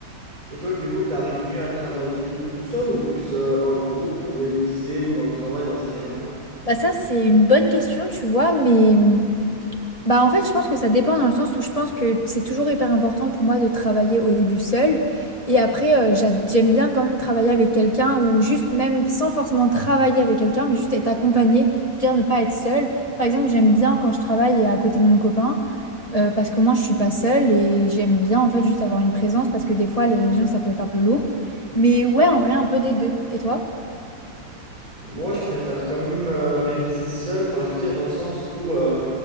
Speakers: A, on the right (about 20°); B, on the left (about 20°).
A: Et toi, du coup, t'arrives mieux à travailler tout, tout seul ou plus, euh, en groupe pour réviser ou dans le travail en général?
B: Bah, ça, c'est une bonne question, tu vois, mais. mmh, Bah en fait, je pense que ça dépend dans le sens où je pense que c'est toujours hyper important pour moi de travailler au début seule. Et après, euh, j'a- j'aime bien quand même travailler avec quelqu'un ou juste même sans forcément travailler avec quelqu'un, mais juste être accompagnée, je veux dire ne pas être seule. Par exemple, j'aime bien quand je travaille à côté de mon copain euh, parce qu'au moins je suis pas seule et j'aime bien en fait juste avoir une présence parce que des fois les révisions ça peut être un peu lourd. Mais ouais, en vrai, un peu des deux. Et toi?
A: Moi, je préfère quand même euh, réviser seul, enfin je veux dire dans le sens où euh,